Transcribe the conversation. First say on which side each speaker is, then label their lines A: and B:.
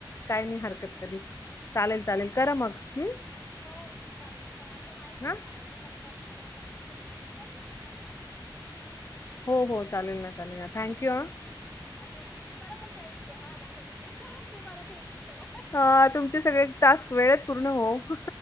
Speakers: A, on the left; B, on the left.
A: काही नाही हरकत कधीच चालेल चालेल
B: हा
A: करा
B: ठीक
A: मग
B: आहे
A: हं?
B: हो ती ल झाली कारण आता नाहीच होणार
A: हां
B: मला वाटतण त्या सर्व सबमिट केले ना उद्या होईल मला वाटतं असं ते्या वस्त
A: हो हो चालेल ना चालेल ना थँक्यू ह
B: हा थँक्यू तुम्हाला पण थँक्यू हा थँक्यू तुम्हाला थँक्यू सर
A: अ, तुमचे सगळे टास्क वेळेत पूर्ण होवो.